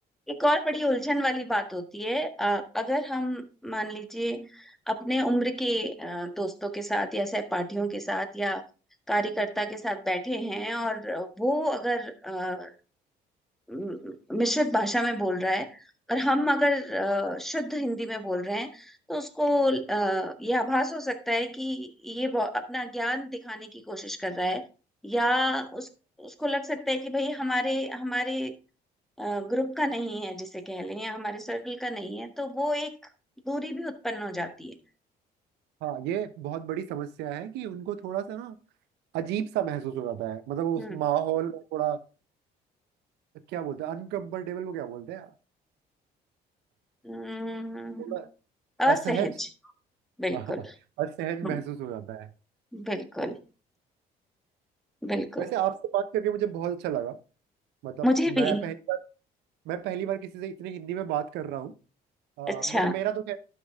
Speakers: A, in the centre; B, on the right (about 85°).
A: एक और बड़ी उलझन वाली बात होती है अ, अगर हम मान लीजिए अपने उम्र के अ, दोस्तों के साथ या सहपाठियों के साथ या कार्यकर्ता के साथ बैठे हैं और वो अगर अ, म- मिश्रित भाषा में बोल रहा है और हम अगर अ, शुद्ध हिंदी में बोल रहे हैं तो उसको अ, यह आभास हो सकता है कि ये बहु- अपना ज्ञान दिखाने की कोशिश कर रहा है या उस उसको लग सकता है कि भाई हमारे हमारे ग्रुप का नहीं है जिसे कह लें या हमारे सर्कल का नहीं है तो वो एक दूरी भी उत्पन्न हो जाती है
B: हाँ ये बहुत बड़ी समस्या है कि उनको थोड़ा सा ना अजीब सा महसूस हो जाता है मतलब उस
A: हम्म
B: माहौल में थोड़ा क्या बोलते हैं अनकंफर्टेबल को क्या बोलते हैं
A: हम्म,
B: थोड़ा
A: असहज
B: असहज
A: बिल्कुल
B: <laughs> हाँ, असहज
A: हम्म,
B: महसूस हो जाता है
A: बिल्कुल बिल्कुल
B: वैसे आपसे बात करके मुझे बहुत अच्छा लगा मतलब
A: मुझे
B: मैं
A: भी
B: पहली बार मैं पहली बार किसी से इतनी हिंदी में बात कर रहा हूँ आ,
A: अच्छा
B: मतलब मेरा तो खैर